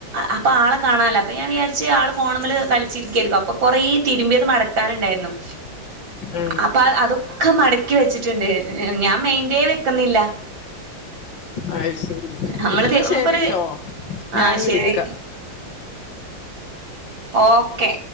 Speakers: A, on the right; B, on the left.
A: അപ്പൊ ആളെ കാണാല അപ്പൊ ഞാൻ വിയാരിച്ച് ആള് ഫോൺമൽ കളിച്ചിരിക്കായിരിക്കും അപ്പൊ കൊറേ തിരുമ്പിയത് മടക്കാനുണ്ടായിരുന്നു
B: ഉം
A: അപ്പാ അതു ഒക്കെ മടക്കി വെച്ചിട്ടുണ്ട് ഞാൻ മെയിന്റേ വെക്കുന്നില്ല
B: അയ്ശരി
A: നമ്മള്
B: എന്നാ
A: നമുക്കൊരു
B: ശരിട്ടോ ഞാന്
A: ആഹ്
B: വിളിക്കാം
A: ശരി ഓക്കെ